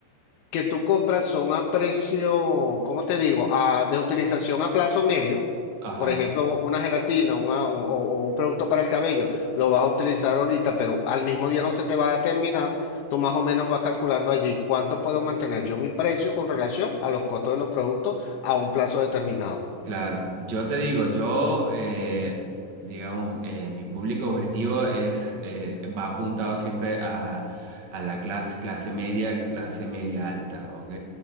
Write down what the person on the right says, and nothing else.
Ajá.
Claro, yo te digo, yo, eh, digamos, eh, mi público objetivo es, eh, va apuntado siempre a, a la clase, clase media, clase media alta, ¿ok?